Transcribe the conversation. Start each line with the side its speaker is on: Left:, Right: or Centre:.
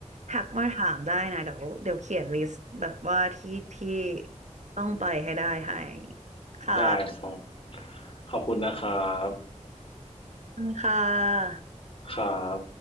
Right: ทักมาถามได้นะเดี๋ยวเดี๋ยวเขียนลิสต์แบบว่าที่ที่ต้องไปให้ได้ให้ค่ะ
Left: ได้ครับขอบคุณนะครับ
Right: ขอบคุณค่ะ
Left: ครับ